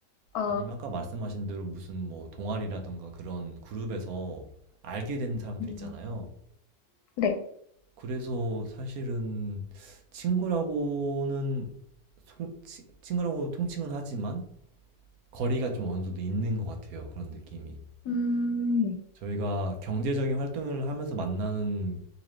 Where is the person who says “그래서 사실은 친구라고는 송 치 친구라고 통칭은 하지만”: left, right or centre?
Right